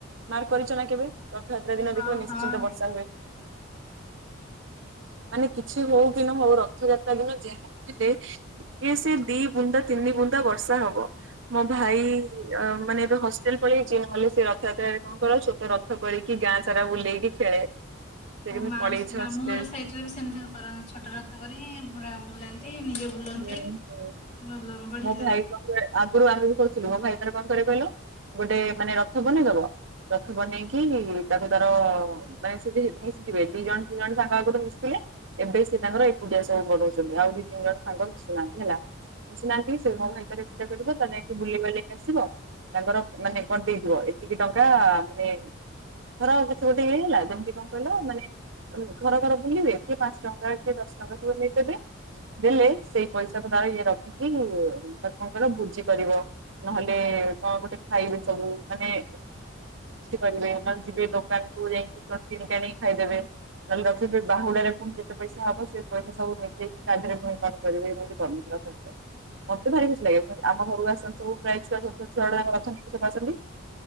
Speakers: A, on the right (about 65°); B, on the left (about 35°).
A: ମାର୍କ କରିଚ ନା କେବେ ରଥଯାତ୍ରା ଦିନ
B: ହଁ
A: ଦେଖିବ ନିଶ୍ଚିନ୍ତ
B: ହଁ।
A: ବର୍ଷା ହୁଏ। ମାନେ କିଛି ହଉ କି ନ ହଉ ରଥଯାତ୍ରା ଦିନ ଯାହା ହେଲେ ଟିକେ ସେ ଦି ବୁନ୍ଦା ତିନି ବୁନ୍ଦା ବର୍ଷା ହବ। ମୋ ଭାଇ ଆ-ମାନେ ଏବେ ହଷ୍ଟେଲ ପଳେଇ ଯାଇଚି ନହଲେ ସେ ରଥଯାତ୍ରରେ କଣ କରୁଛୁ ରଥ କରିକି ଗାଁ ସାରା ବୁଲେଇକି ଖେଳେ। ସେ
B: ଓ
A: କେମିତି
B: ମାସ୍
A: ପଳେଇଛି
B: ମାମୁଁ
A: ହଷ୍ଟେଲ।
B: ଘର ସହିତ। ବି ସେମିତି କରନ୍ତି ଛୋଟ ରଥ କରି ପୁରା ବୁଲାନ୍ତି ନିଜେ ବୁଲନ୍ତି।
A: ହୁଁ ହୁଁ।
B: ଭଲ। ବଢିଆ
A: ମୋ ଭାଇ
B: ଲାଗେ
A: କଣ ଆଗରୁ ଆମେ ବି କରୁଥିଲୁ ମୋ ଭାଇଙ୍କର କଣ କରେ କହିଲ ଗୋଟେ ମାନେ ରଥ ବନେଇଦବ ରଥ ବନେଇକି ତାପରେ ତାର ନାଇଁ ସେଠି ମିଶିଯିବେ ଦି ଜଣ ତିନି ଜଣ ସାଙ୍ଗ ଆଗରୁ ମିଶିଥିଲେ ଏବେ ସେ ତାଙ୍କର ଏକୁଟିଆ ସବୁ ପଢଉଚନ୍ତି ଆଉ ଦି ତିନି ଜଣ ସାଙ୍ଗ ମିଶୁନାହାନ୍ତି ହେଲା ବୁନାହାନ୍ତି <unintelligible> ସେ ହଉ ଭିତରେ ପୂଜା କରିବ ତାକୁ ନେଇକି ବୁଲେଇ ବାଲି କି ଆସିବ ତାଙ୍କର ମାନେ କଣ ଦେଇଥିବ ଏତିକି ଟଙ୍କା ମାନେ ଧର ଆଉ କିଛି ଗୋଟେ ହେଇଲା ଯେମିତି କଣ କହିଲା ମାନେ ଘର ଘର ବୁଲିବେ କିଏ ପାଞ୍ଚ ଟଙ୍କା କିଏ ଦଶ ଟଙ୍କା ସବୁ ଦେଇଦେବେ। ଦେଲେ ସେଇ ପଇସାକୁ ତାର ଇଏ ରଖିକି ଠାକୁରଙ୍କର ଭୋଜି କରିବ। ନହେଲେ କଣ ଗୋଟେ ଖାଇବେ ସବୁ ମାନେ କରିବେ ଆ ଯିବେ ଦୋକାନକୁୁ ଯାଇକିଟିଣିକି ଆଣିକି ଖାଇଦେବେ। ନହେଲେ ରଖିବେ ବାହୁଡାରେ ପୁଣି ଯେତେ ପଇସା ହବ ସେ ପଇସା ସବୁ ମିଶେଇ ତା ଦେହରେ ପୁଣି କଣ କରିବେ ଏମିତି <unintelligible> ମତେ ଭାରି ଖସି ଲାଗେ ଆମ ଘରୁକୁ ଆସନ୍ତି ଛୁଆଛନ୍ତି ଛୁଆା ଅଛନ୍ତି ସବୁ ଆସନ୍ତି।